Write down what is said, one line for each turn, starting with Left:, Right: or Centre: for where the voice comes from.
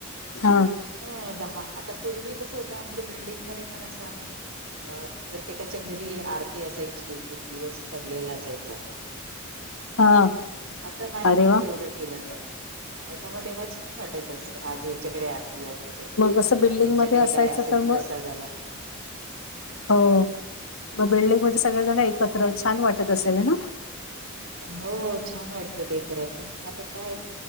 Left: हा,
Right: अ दहा आता पूर्वी कसं होतं आमच्या बिल्डिंगमध्ये पण असं आम्ही अ प्रत्येकाच्या घरी आरती असायची. एक एक दिवस ठरलेला असायचा.
Left: हा
Right: आता नाही
Left: अरे
Right: ते
Left: वा
Right: तेवढं केलं जात नाही तर मग तेव्हा छान वाटायचं असं आज ह्याच्याकडे आरती आज त्याच्याकडे मग
Left: असं बिल्डिंग
Right: ह्याच्याकडे
Left: मध्ये असायचं
Right: काय असेल
Left: तर
Right: प्रसादाला
Left: मग हो मग बिल्डिंगमध्ये सगळेजण एकत्र छान वाटत असेल ना,
Right: हो छान वाटत ते खरं पण आता काय